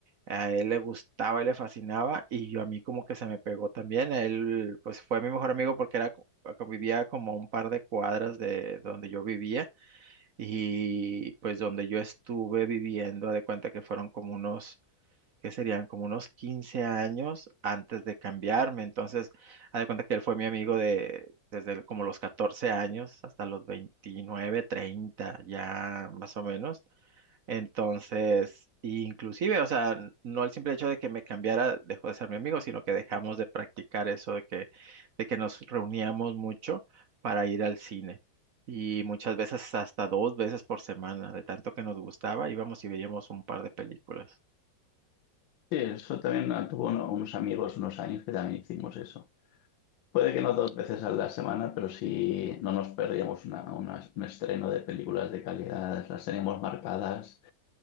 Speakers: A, on the right; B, on the left.
A: A él le gustaba y le fascinaba, y yo a mí como que se me pegó también. él, pues fue mi mejor amigo porque era, co- vivía como a un par de cuadras de donde yo vivía, y pues donde yo estuve viviendo, de cuenta que fueron como unos que serían como unos 15 años antes de cambiarme. Entonces, haz de cuenta que él fue mi amigo de desde el- como los 14 años hasta los 29 30 ya más o menos. Entonces, inclusive, o sea, n- no el simple hecho de que me cambiara dejó de ser mi amigo, sino que dejamos de practicar eso de que, de que nos reuníamos mucho para ir al cine. Y muchas veces hasta dos veces por semana, de tanto que nos gustaba, íbamos y veíamos un par de películas.
B: Sí, eso también ah, tuvo uno- unos amigos unos años que también hicimos eso. Puede que no dos veces a la semana, pero sí no nos perdíamos una, una- un estreno de películas de calidad, las tenemos marcadas